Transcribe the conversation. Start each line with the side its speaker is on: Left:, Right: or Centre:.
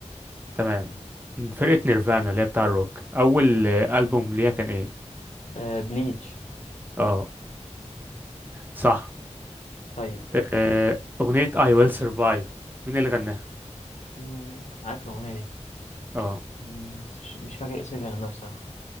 Right: تمام فرقه نيرفانا اللي هي بتاع الروك اول آه، البوم ليها كان ايه
Left: آه بليتش
Right: اه صح
Left: طيب
Right: آه، أغنية I will survive مين اللي غناها؟
Left: مم، عارف الأغنية دي
Right: اه
Left: مم، بس مش مش فاكر اسم اللي غناه بصراحة